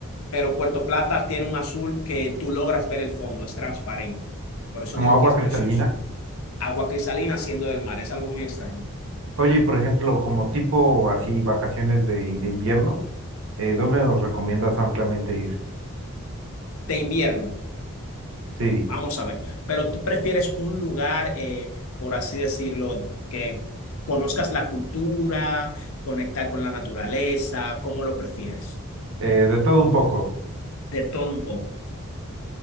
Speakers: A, on the left; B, on the right.
A: Pero Puerto Plata tiene un azul que tú logras ver el fondo, es transparente. Por eso
B: Como
A: digo
B: agua
A: que es
B: cristalina.
A: precioso. Agua cristalina siendo del mar, es algo muy extraño.
B: Oye, y por ejemplo, como tipo así vacaciones de, de invierno. Eh, ¿dónde nos recomiendas ampliamente ir?
A: De invierno.
B: Sí,
A: Vamos a ver, pero tú prefieres un lugar, eh, por así decirlo, que conozcas la cultura, conectar con la naturaleza, ¿cómo lo prefieres?
B: eh, de todo un poco,
A: De todo un poco.